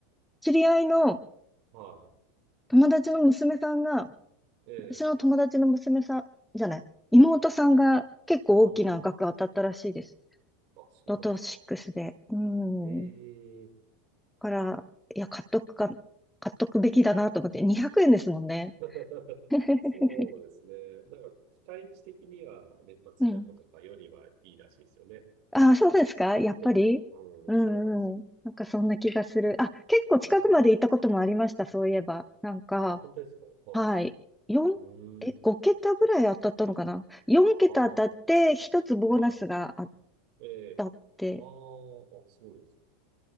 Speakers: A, in the centre; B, on the right.
A: 知り合いの
B: は
A: 友達の娘さんが、
B: い。ええ、
A: 私の友達の娘さんじゃない、妹さんが結構大きな額当たったらしいです。
B: うん。あ、そうなんですか。
A: ロトシックスで。うん。
B: ええ、
A: だから、
B: うん。
A: いや、買っとくか、買っとくべきだなと思って、200円ですもんね。
B: <laughs>
A: <laughs>
B: そうですね。なんか期待値的には年末ジャンボとかよりはいいらしいですよね。
A: うん。ああ、そうですかやっぱりうんうん。
B: と、ととの。うん、そうなんですよ。
A: なんかそんな気がする。あ、結構近くまで行ったこともありました、
B: うん。
A: そういえば。なんか、
B: あ、本当ですかはい。
A: はい。四え、
B: うーん。
A: 5桁ぐらい当たったのかな ?4 桁当たって、
B: ああ、
A: 1つボーナスが当
B: はい。ええ。
A: たって、
B: ああ、あ、すごいですね。